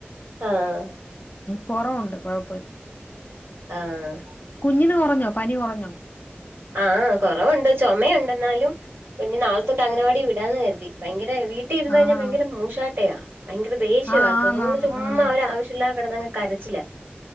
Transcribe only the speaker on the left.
കൊറവുണ്ട് കൊഴപ്പില്ല
കുഞ്ഞിന് കുറഞ്ഞോ പനി കുറഞ്ഞോ?
ആഹ്
ആഹ്
ആന്നാന്ന്
ആഹ്